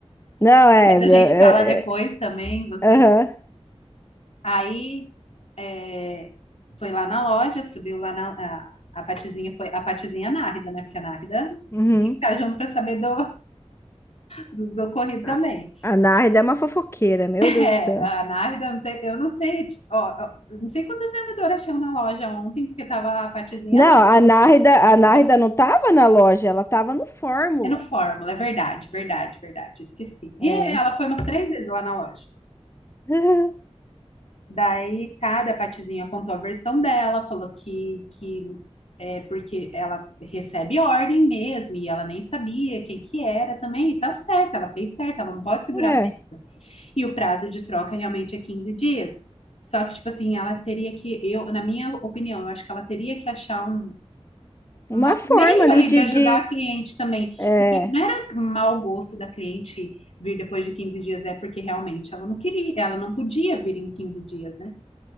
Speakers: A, on the left (about 25°); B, on the left (about 65°).
A: Não, é.
B: <laughs> Mas a gente
A: é,
B: fala depois
A: é,
B: também. Você.
A: é, Aham.
B: Aí É, foi lá na loja, subiu lá na. A, a Patizinha foi. A Patizinha Nárida, né? Porque a Nárida
A: uhum.
B: tem que estar junto para saber do, dos ocorridos
A: A,
B: também.
A: a Nárida é uma fofoqueira, meu
B: É,
A: Deus do céu.
B: a Nárida, eu não sei, eu não sei, ó, eu não sei quantas vendedoras tinham na loja ontem, porque tava a Patizinha.
A: Não, a Nárida, a Nárida
B: Ah,
A: não tava na loja, ela tava no Fórmula.
B: é no Fórmula, é verdade, verdade, verdade, esqueci. E
A: É.
B: ela foi umas três vezes lá na loja.
A: <laughs>
B: Daí, cada Patizinha contou a versão dela, falou que, que é porque ela recebe ordem mesmo, e ela nem sabia quem que era também, e tá certo, ela fez certo, ela não pode segurar
A: É,
B: a peça. E o prazo de troca realmente é 15 dias. Só que, tipo assim, ela teria que, eu, na minha opinião, eu acho que ela teria que achar um uma-
A: uma forma
B: um meio
A: ali
B: ali
A: de,
B: de ajudar
A: de...
B: a cliente também,
A: É,
B: porque não era mau gosto da cliente vir depois de 15 dias, é porque realmente ela não queria, ela não podia vir em 15 dias, né?